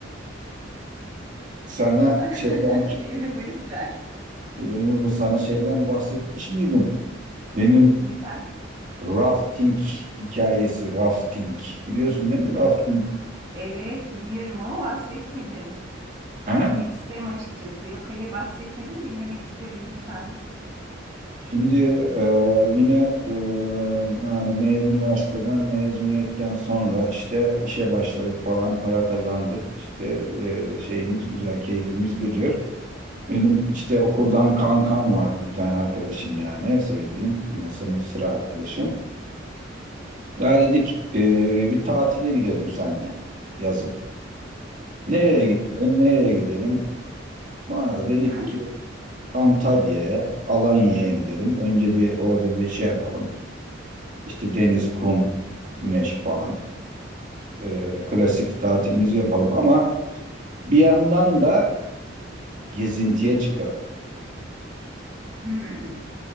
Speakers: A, on the right; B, on the right.
A: Sana
B: <laughs>
A: şeyden,
B: Bir ömür boyu sürer.
A: Emir bu sana şeyden bahsetmiş miydim? Benim
B: Neyden?
A: rafting hikayesi, rafting. Biliyorsun değil mi?
B: Yok.
A: Rafting.
B: Evet, biliyorum ama bahsetmedin.
A: Ha?
B: Dinlemek isterim açıkçası. Yok, hayır bahsetmedin. Dinlemek isterim lütfen.
A: Şimdi e, yine e, yani me- üniversiteden mezuniyetten sonra işte işe başladık falan para kazandık. İşte e, şeyimiz güzel, keyfimiz gıcır. Benim işte okuldan kankam vardı bir tane arkadaşım yani sevdiğim ya sınıf sıra arkadaşım. Ya dedik e, bir tatile gidelim seninle yazın. Nereye
B: Hı
A: gidelim nereye gidelim? Bana dedik
B: hı.
A: ki Antalya'ya Alanya'ya gidelim. Önce bir orada bir şey yapalım. İşte deniz, kum, güneş falan. E, klasik tatilimizi yapalım ama bir yandan da gezintiye çıkalım.
B: hı.